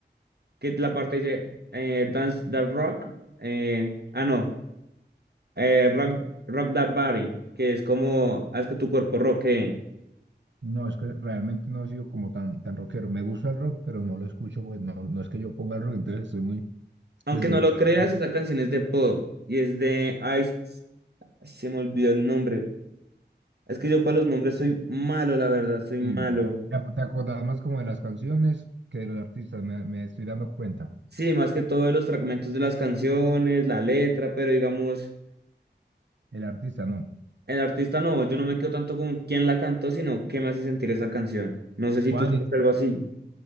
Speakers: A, on the right; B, on the right.
A: que la parte dice eh, Dance That Rock, eh, ah no, eh, rock, rock That Body, que es como haz que tu cuerpo rockee.
B: No, es que realmente no he sido como tan, tan rockero. Me gusta el rock, pero no lo escucho, pues no, no es que yo ponga el rock, entonces estoy muy
A: Aunque
B: desenterado.
A: no lo creas, esa canción es de pop y es de Ice, se me olvidó el nombre. Es que yo para los nombres soy malo, la verdad, soy
B: Sí,
A: malo.
B: te ac- te acordás más como de las canciones que de los artistas, me, me estoy dando cuenta.
A: Sí, más que todo de los fragmentos de las canciones, la letra, pero digamos.
B: El artista no.
A: El artista no, yo no me quedo tanto con quién la cantó, sino qué me hace sentir esa canción. No sé si
B: Juan,
A: tú sientes
B: y-
A: algo así.